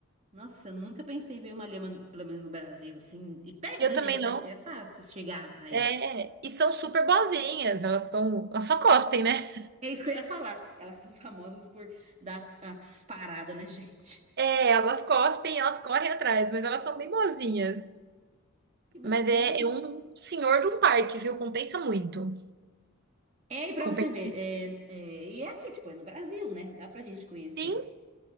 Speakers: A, on the right (about 35°); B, on the right (about 50°).
A: Nossa, eu nunca pensei em ver uma lhama, pelo menos no Brasil, assim, e perto
B: E Eu
A: da
B: também
A: gente,
B: não.
A: né? Porque é fácil chegar aí.
B: É, e são super boazinhas. Elas são, elas só cospem, né?
A: É isso que eu ia falar. Elas são <laughs> famosas por dar umas paradas na gente.
B: É, elas cospem, elas correm atrás, mas elas são bem boazinhas.
A: Que bacana.
B: Mas é, é um senhor de um parque, viu? Compensa muito.
A: É, e pra
B: Compensa.
A: você ver, é, é, e é aqui, tipo, é no Brasil, né? Dá pra gente conhecer.
B: Sim,